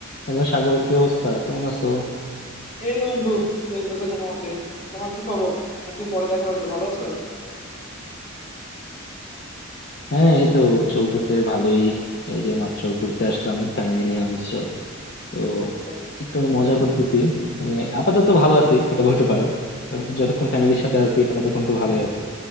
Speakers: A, on the left; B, on the left.
A: Hello Sagar কি অবস্থা কেমন আছো
B: এই যে বন্ধু চলতেছে কোনো মতে তোমার কি খবর অনেকদিন পরে দেখা হইলো ভালো আছো
A: হ্যাঁ এই তো চলতেছে ভালোই এই যে মাত্র ঘুরতে আসলাম ফ্যামিলি নিয়ে বুঝছো তো
B: আচ্ছা
A: একটু মজা করতেছি মানে আপাতত ভালো আছি এটা বলতে পারো যতক্ষণ ফ্যামিলির সাথে আছি ততক্ষণ তো ভালোই আছি